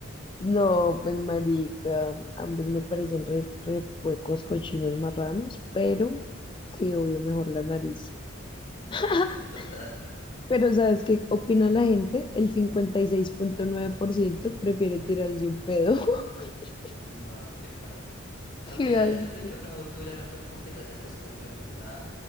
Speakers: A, on the left; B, on the left.
A: No, pues marica, ambos me parecen re, re puecos, cochinos, marranos, pero sí, obvio, mejor la nariz. <laughs>
B: Sí, total.
A: Pero ¿sabes qué opina la gente? El cincuenta y seis punto nueve por ciento prefiere tirarse un pedo. <laughs>
B: No, qué paila.
A: Qué
B: Aunque ya
A: asco.
B: después de que uno dura harto, como que ya se acostumbra, ¿no? Ah,